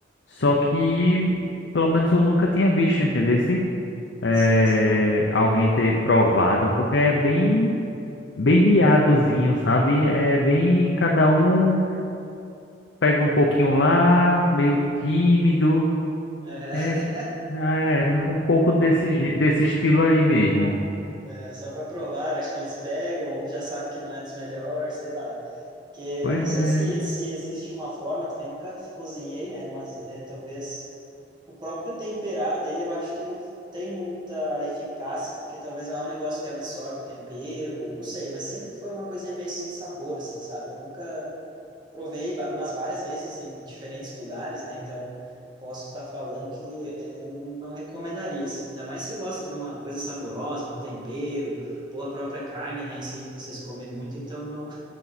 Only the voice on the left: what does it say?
só
que pelo menos eu nunca tinha visto, entendeu? é,
alguém ter provado, porque é bem, bem miadozinho, sabe? É bem, cada um pega um pouquinho lá, meio tímido,
é, é um pouco desse, je- desse estilo aí mesmo.
Pois
é.